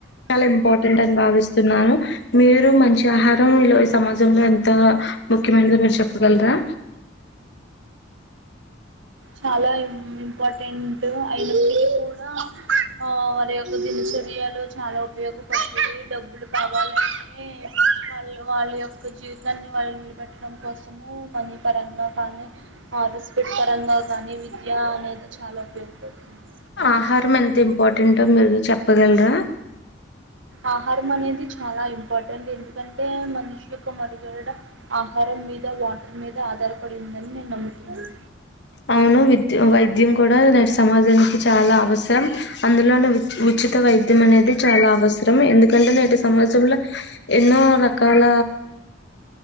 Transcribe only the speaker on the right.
చాలా ఇంపార్టెంట్ అయినప్పటికీ కూడా ఆ వారి యొక్క దినుసు చరియాలో చాలా ఉపయోగపడుతయి డబ్బులు కావాలంటే వాళ్ళు వాళ్ళ యొక్క జీవితాన్ని వాళ్ళు నిలబెట్టడం కోసము మనీ పరంగా కానే ఆ రెస్పెట్ పరంగా కాని కానీ విద్య అనేది చాలా ఉపయోగపడుతుంది
ఆహారం అనేది చాలా ఇంపార్టెంట్ ఎందుకంటే మనిషి యొక్క మనుగడ ఆహారం మీద వాటర్ మీద ఆధారపడి ఉందని నేను నమ్ముతున్నాను